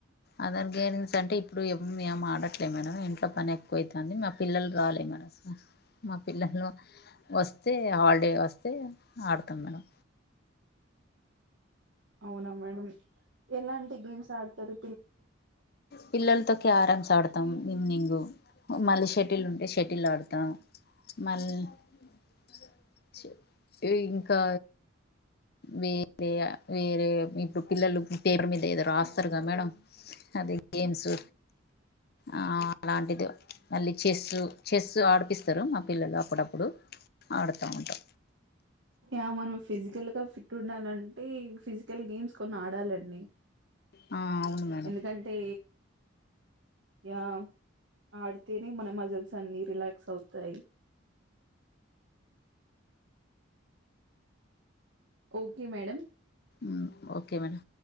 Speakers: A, on the left (about 50°); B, on the right (about 65°).
A: అదర్ గేమ్స్ అంటే ఇప్పుడు ఏం ఏం ఆడట్లే మేడం, ఇంట్లో పని ఎ క్కువ అయితంది మా పిల్లలు రాలే మానస మా పిల్లలు వస్తే హాలిడే వస్తే ఆడతాం మేడం
B: అవునా మేడం. ఎలాంటి గేమ్స్ ఆడతరు.
A: పిల్లలతో క్యారమ్స్ ఆడతాం. ఓ మళ్ళీష టిల్ ఉంటే షటిల్ ఆడుతా మల్ <unintelligible> ఇంకా వేరే వేరే ఇప్పుడు పిల్లలు పేపర్ మీద ఏదో రాస్తారు కదా మేడం అదే గేమ్స్ ఆ లాంటిదు. మళ్ళీ చెస్సు చెస్సు ఆడిపిస్తరు మా పిల్లలు అప్పుడప్పుడు ఆడతా ఉంటం.
B: యా మనం ఫిజికల్ గా ఫిట్ ఉండాలంటే ఫిజికల్ గేమ్స్ కొన్ని ఆడాలండి.
A: ఆ అవును మేడం
B: ఎందుకంటే యా ఆడతేనె మన మజిల్స్ అన్ని రిలాక్స్ అవుతాయి. ఓకే మేడం
A: ఊ ఓకే మేడం